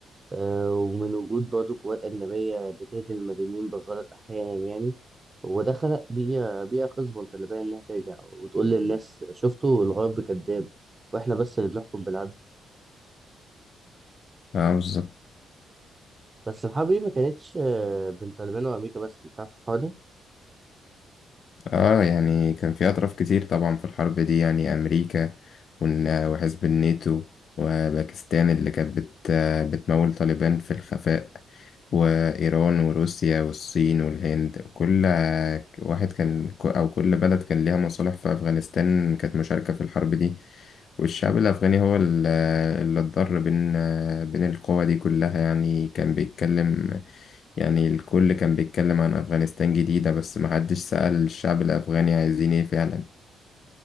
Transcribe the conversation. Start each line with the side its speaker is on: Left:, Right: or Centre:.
Right: آه ومن وجود برضه قوات أجنبية بتقتل المدنيين بالغلط أحيانا يعني وده خلق بيئة بيئة خصبة للطالبان إنها ترجع وتقول للناس شفتوا الغرب كذاب وإحنا بس اللي بنحكم بالعدل
Left: اه بالظبط
Right: بس الحرب دي ما كانتش آه، بين طالبان وامريكا بس انت عارف الحوار ده
Left: اه يعني كان في اطراف كتير طبعا في الحرب دي يعني امريكا ون- وحزب الناتو وباكستان اللي كانت بت بتمول طالبان في الخفاء وايران وروسيا والصين والهند كل واحد كان او كل بلد كان ليها مصالح في افغانستان كانت مشاركة في الحرب دي والشعب الافغاني هو ال- اللي اتضر بين بين القوى دي كلها يعني كان بيتكلم يعني الكل كان بيتكلم عن أفغانستان جديدة بس محدش سأل الشعب الأفغاني عايزين إيه فعلا